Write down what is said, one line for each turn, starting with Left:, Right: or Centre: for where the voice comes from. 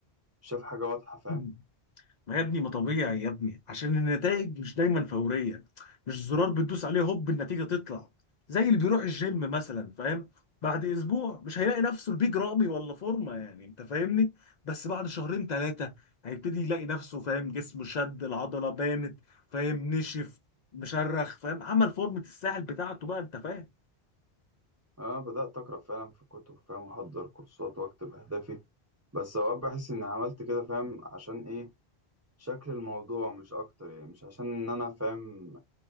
Right: مش شايف حاجة واضحة
Left: <clears throat>
Right: فاهم
Left: ما يا ابني ما طبيعي يا ابني عشان النتائج مش دايما فورية مش زرار بتدوس عليه هوب النتيجة تطلع زي اللي بيروح الجيم مثلا فاهم بعد اسبوع مش هيلاقي نفسه البيج رامي ولا فورمة يعني انت فاهمني بس بعد شهرين ثلاثة هيبتدي يلاقي نفسه فاهم جسمه شد العضلة بانت فاهم نشف مشرخ فاهم عمل فورمة الساحل بتاعته بقى انت فاهم
Right: أنا بدأت أقرأ فعلا في كتب فاهم وأحضر كورسات وأكتب أهدافي بس أوقات بحس إني عملت كده فاهم عشان إيه شكل الموضوع مش اكتر يعني مش عشان ان انا فاهم